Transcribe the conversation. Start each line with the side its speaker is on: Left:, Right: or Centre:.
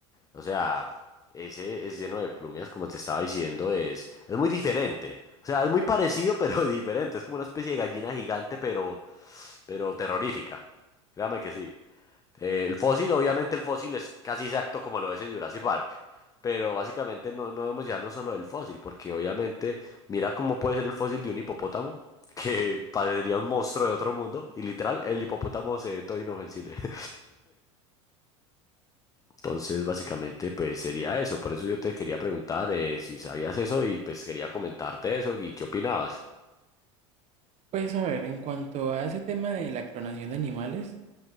Left: O sea, ese es lleno de plumias, como te estaba diciendo, es, es muy diferente. O sea, es muy parecido, pero <laughs> diferente. Es como una especie de gallina gigante, pero, pero terrorífica. Créame que sí. Eh, el fósil, obviamente, el fósil es casi exacto como lo es en Jurassic Park. Pero básicamente no, no debemos llevarnos solo del fósil, porque obviamente, mira cómo puede ser el fósil de un hipopótamo, <laughs> que parecería un monstruo de otro mundo, y literal, el hipopótamo se ve todo inofensible. <laughs> Entonces, básicamente, pues sería eso. Por eso yo te quería preguntar eh, si sabías eso y pues quería comentarte eso y qué opinabas.
Right: Pues a ver, en cuanto a ese tema de la clonación de animales,